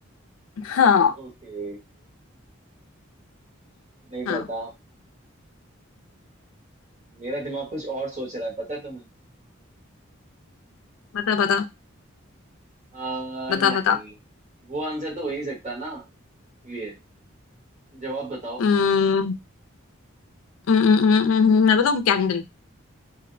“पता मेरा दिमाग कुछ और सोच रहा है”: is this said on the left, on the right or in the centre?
Right